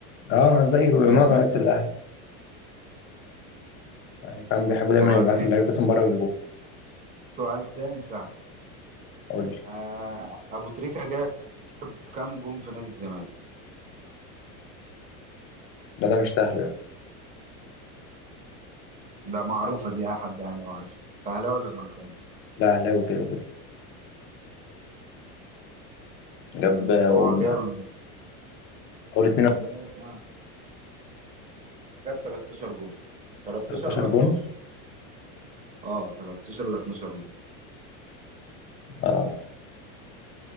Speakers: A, on the left (about 30°); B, on the right (about 15°).
A: اه زي معظم
B: زي ما-
A: لعيبه الاهلي يعني فاهم بيحبوا دايما
B: طب هديك
A: يبعتوا اللعيبه بتاعتهم بره ويجيبوها
B: سؤال تاني ساعة
A: قول لي
B: آه... أبو تريكة جاب كام جون في نادي الزمالك
A: لا ده مش سهل ده
B: ده معروفة
A: ده ممكن.
B: دي أي حد أهلاوي عارفها أهلاوي ولا زملكاوي
A: لا اهلاوي كده كده جاب
B: دي
A: آه،
B: هو
A: قول
B: جاب
A: قول 2
B: جاب آه. جاب 13 جون 13
A: 13
B: ل 12
A: جون
B: اه 13 ل 12 جون
A: اه